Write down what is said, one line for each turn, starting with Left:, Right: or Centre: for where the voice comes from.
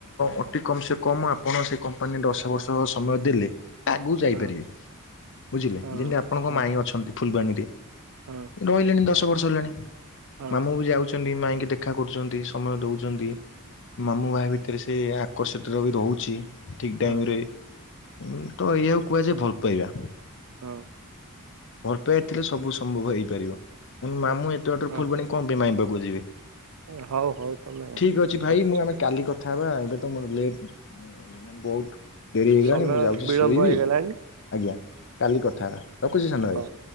Left: ଅଟି କମ୍ ସେ କମ୍ ଆପଣ ସେଇ କମ୍ପାନୀ ଦଶ ବର୍ଷ ସମୟ ଦେଲେ ଆଗୁକୁ ଯାଇପାରିବେ
Right: ହଁ
Left: ବୁଝିଲେ?
Right: ହଁ
Left: ଯେନ୍ତି ଆପଣଙ୍କ
Right: ହଁ
Left: ମାଇଁ ଅଛନ୍ତି ଫୁଲବାଣୀରେ।
Right: ହଁ
Left: ରହିଲେଣି ଦଶ ବର୍ଷ ହେଲାଣି
Right: ହଁ
Left: ମାମୁଁ ବି ଯାଉଚନ୍ତି ମାଇଁକି ଦେ ଖା କରୁଚନ୍ତି ସମୟ ଦୋଉଚନ୍ତି। ମାମୁଁ ମାଇଁ ଭିତରେ ସେ ଆକର୍ଷିତର ବି ରହୁଚି। ଠିକ୍
Right: ହଁ
Left: ଟାଇମ୍ ରେ ଉଁ ତ ଏଇଆକୁ କୁହାଯାଏ ଭଲ ପାଇବା।
Right: ହଁ
Left: ଭଲ ପାଇଆ ଥିଲେ ସବୁ ସମ୍ଭବ ହେଇପାରିବ ମୋ ମାମୁଁ ଏ ତେ ବାଟର
Right: ହଁ
Left: ଫୁଲବାଣ କଁ ପାଇଁ ମାଇଁ ପାଖକୁ ଯିବେ?
Right: ହଁ ହଉ ହଉ ତମେ
Left: ଠିଊକ ଅଛି ଭାଇ
Right: ରଖୁଛି
Left: ମୁଁ ଆମେ କାଲି କଥା ହେବା ଏବେ ତ ମୋର ଲେ ଉଁ ଉଁ ମାନେ ବହୁତ ଡେରି ହେଇଗଲାଣି
Right: ସମୟ
Left: ମୁଁ ଯାଉଚି
Right: ବିଳମ୍ବ
Left: ଶୋଇବି
Right: ହେଇଗଲାଣି
Left: ଆଜ୍ଞା କାଲି କଥା ହେବା। ରଖୁଛି ସାନ ଭାଇ।
Right: ହଁ